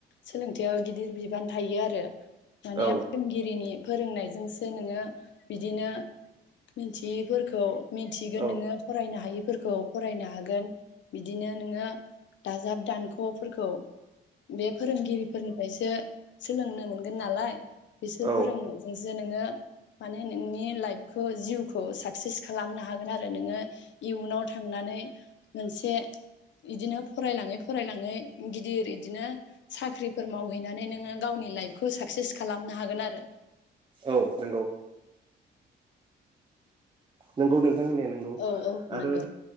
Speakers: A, on the left; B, on the right.
A: सोलोंथायाव गिदिर बिबान थायो आरो। माने
B: औ
A: फोरोंगिरिनि फोरोंनायजोंसो नोङो बिदिनो मिनथियैफोरखौ मिथिगोन
B: औ
A: नोङो फरायनो हायि फोरखौ फरायनो हागोन बिदिनो नोङो दाजाब दानख फोरखौ बे फोरोंगिरिफोरनिफ्रायसो सोलोंनो मोनगोन नालाय बिसोर
B: औ
A: फोरोंनो जोंजो जे नोङो माने नोंनि लाइफखौ जिउखौ साक्सेस खालामनो हागोन आरो नोङो इयुनाव थांनानै मोनसे इदिनो फ फरायलाङै फरायलाङै गिदिर इदिनो साख्रिफोर मावहैनानै नोङो गावनि लाइफखौ साक्सेस खालामनो हागोन आरो
B: औ नंगौ नोंगौ नों थां होननाया नोंगौ
A: औ औ
B: आरो।
A: नंगौ